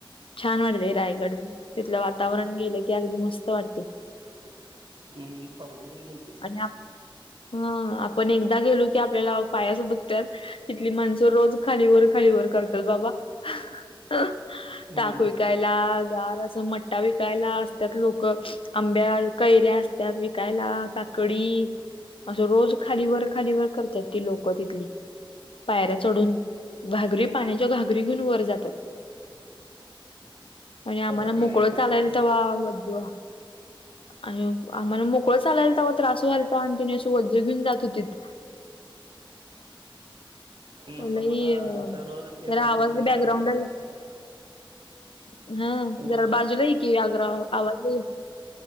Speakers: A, on the left (about 75°); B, on the right (about 65°).
A: छान वाटते रायगड. तिथलं वातावरण गेलं की अगदी मस्त वाटतं.
B: हम्म. मंग मी फावडी घेऊन गेलो.
A: आणि आप, हं. आपण एकदा गेलो की आपल्याला पाय असं दुखत्यात. तीथली माणसं रोज खाली वर खाली वर करतात बाबा. <unintelligible>
B: हम्म
A: काय. -ला गार अस मट्टा विकायला असत्यात लोक. आंब्या, कैऱ्या- -त्यात विकायला. का - -कडी. असं रोज खाली वर खाली वर करत्यात ती लोकं तिथली. पायऱ्या चढून. घागरी पाण्याच्या घागरी घेऊन वर जात्यात. आणि
B: पैसा
A: आम्हाला
B: ढीग
A: मोकळ
B: आहे तिथं
A: चालायला तवा आलं जीवा - आणि आम्हाला मोकळ चालायला- तवा त्रास व्हालता. आणि तेंनी असं ओझ्झ घेऊन जात होतीत.
B: मग तो
A: लई.
B: म्हणा
A: अ
B: असं रोज ते
A: जरा
B: वजा
A: आवाज
B: देऊन
A: बॅकग्राउंडला
B: फिरायला लागला
A: - हं. जरा
B: वजा
A: बाजूला ये कि. <unintelligible> आवाज-